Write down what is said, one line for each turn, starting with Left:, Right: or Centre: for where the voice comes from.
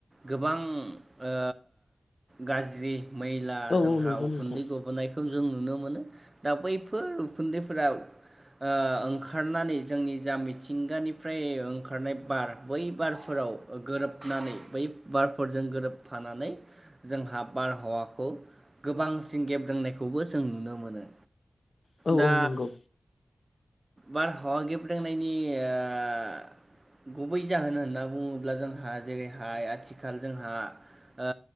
Right: गोबां ओ गाज्रि मैला
Left: औ
Right: जोंहा
Left: औ नंगौ
Right: उखुन्दै
Left: नोंथां
Right: गबोनायखौ जों नुनो मोनो दा बैफोर उखुन्दैफोराव ओ ओंखारनानै जोंनि जा मिथिंगानिफ्राय ओंखारनाय बार बै बारफोराव गोरोबनानै बै बारफोरजों गोरोबफानानै जोंहा बारहावाखौ गोबांसिन गेब्रेंनायखौबो जों नुनो मोनो।
Left: औ
Right: दा
Left: औ नंगौ
Right: बारहावा गेब्रेंनायनि ओ गुबै जाहोन होनना बुङोब्ला जोंहा जेरैहाय आथिखाल जोंहा ओ